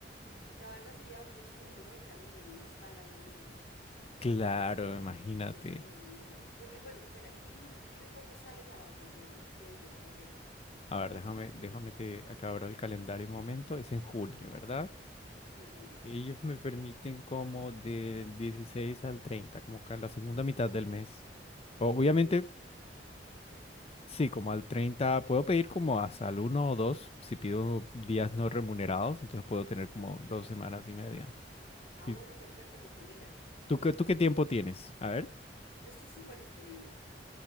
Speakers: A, on the left; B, on the left.
A: La verdad sería muchísimo mejor quedarnos en un hostal allá mismo.
B: Claro, imagínate.
A: Sería genial. Porque bueno, espera, dime dime cuándo sales a vacaciones, qué día, qué fecha.
B: A ver, déjame, déjame te acabar el calendario un momento. Es en junio, ¿verdad?
A: Sí, junio.
B: Ellos me permiten como del 16 al 30, como que a la segunda mitad del mes. Obviamente
A: Ok,
B: Sí, como al 30 puedo pedir como hasta el uno o dos. si pido días no remunerados, entonces puedo tener
A: sí.
B: como dos semanas y media.
A: Ah,
B: ¿Y
A: bueno, perfecto, porque mira,
B: tú qué,
A: entonces,
B: tú qué tiempo tienes? A ver.
A: yo estoy súper disponible.